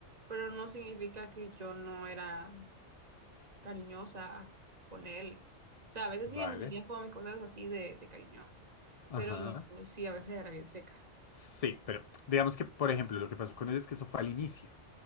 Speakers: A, on the right (about 35°); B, on the left (about 55°).
A: pero no significa que yo no era cariñosa con él. O sea, a veces
B: vale,
A: sí me salían como mis cosas así de, de cariño,
B: ajá.
A: pero sí, a veces era bien seca.
B: Sí, pero digamos que, por ejemplo, lo que pasó con él es que eso fue al inicio.